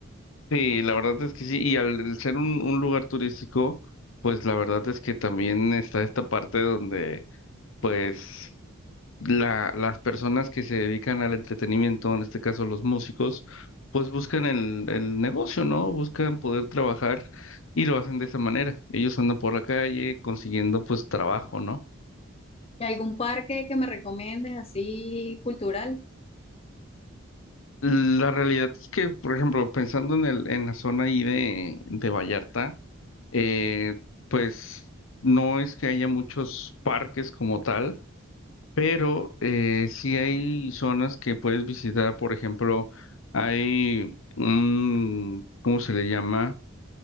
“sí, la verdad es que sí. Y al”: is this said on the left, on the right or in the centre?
Left